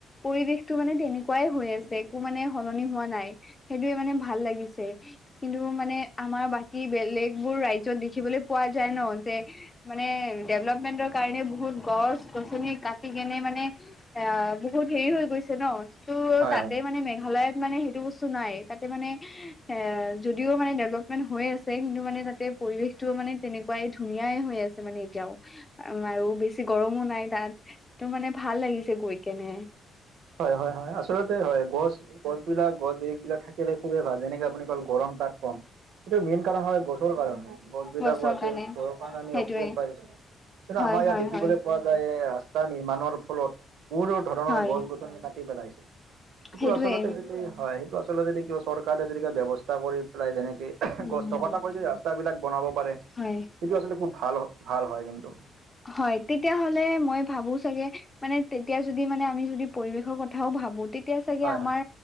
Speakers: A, on the left; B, on the right.
A: পৰিৱেশটো মানে তেনেকুৱাই হৈ আছে একো মানে সলনি হোৱা নাই। সেইটোৱে মানে ভাল লাগিছে। কিন্তু মানে আমাৰ বাকী বেলেগ বোৰ ৰাজ্যত দেখিবলে পোৱা যায় ন' যে মানে ডেভলপমেন্টৰ কাৰণে বহুত গছ গছনি কাটি কেনে মানে এ, আ, বহুত হেৰি হৈ গৈছে ন'। টো
B: হয়
A: তাতে
B: হয়
A: মানে মেঘালয়ত মানে সেইটো বস্তু নাই। তাতে মানে এ, যদিও মানে ডেভলপমেন্ট হৈ আছে, কিন্তু মানে তাতে পৰিৱেশটোও মানে তেনেকুৱাই ধুনীয়াই হৈ আছ মানে এতিয়াও -উ আৰু বেছি গৰমো নাই তাত তো, মানে ভাল লাগিছে গৈ কেনে।
B: হয় -হয় -হয় আচলতে হয় গছ গছ বিলাক গছ বিৰিখ বিলাক থাকিলে খুবেই ভাল যেনেকে আপুনি -কল গৰম তাত <unintelligible> এইটো মেইন কাৰণ হয় গছৰ কাৰণে, গছ বিলাকো
A: গছৰ
B: আছে
A: কাৰণে
B: ঘৰৰ কাৰণে আমি
A: সেইটোৱে
B: অক্সিজেন পাই আছো। কিন্ত
A: হয়
B: আমাৰ ইয়াত
A: হয়
B: দে দেখিবলৈ
A: হয়
B: পোৱা যায় ৰাস্তা নিৰ্মাণৰ ফলত বহুতো ধৰণৰ
A: হয়
B: গছ গছনি কাটি পেলাইছে। সেইটো
A: সেইটোৱে
B: আচলতে যদি হয় সেইটো আচলতে যদি কিবা চৰকাৰে যদি কিবা ব্যৱস্থা কৰি পেলাই যেনে
A: উম
B: গছ নকটা কৈ যে ৰাস্তা বিলাক বনাব পাৰে,
A: হয়
B: সেইটো আচলতে খুব ভাল ভাল হয় কিন্তু।
A: হয় তেতিয়াহলে মই ভাবো চাগে মানে তেতিয়া যদি মানে আমি যদি পৰিৱেশৰ কথাও ভাবো তেতিয়া চাগে
B: হয়
A: আমাৰ
B: হয়